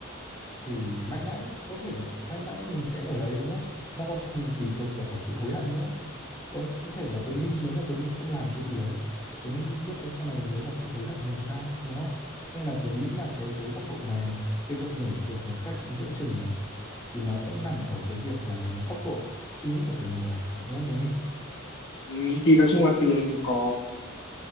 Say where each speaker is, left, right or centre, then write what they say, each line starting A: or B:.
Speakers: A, on the left; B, on the left.
A: thì mãi mãi có thể mãi mãi mình sẽ ở đấy đúng không nó còn tùy thuộc vào cả sự hối hận nữa có thể là Tony nếu mà Tony không làm một cái gì đấy Tony biết đâu sau này mới là sự hối hận thì làm sao đúng không nên là tôi nghĩ là cái cái góc độ này cái việc nhảy việc một cách giữa chừng này thì nó vẫn nằm ở cái việc là góc độ suy nghĩ của từng người đúng không Tony
B: Ừ. thì nói chung là Tường có